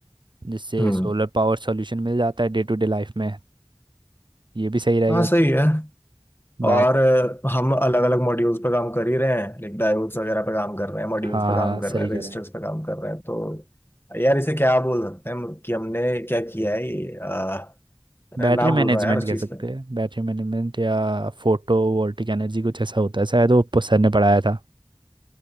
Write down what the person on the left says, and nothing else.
हम्म
हाँ
सही है
और अ, हम अलग अलग मॉड्यूल्स पे काम कर ही रहे हैं लाइक डायोड्स वगैरह पे काम कर रहे हैं मॉड्यूल्स
पे काम
कर
रहे हैं
रजिस्टर्स
पे काम कर रहे हैं तो यार इसे क्या बोल सकते हैं हम कि हमने क्या किया है
नाम
भूल रहा है यार उस
चीज
का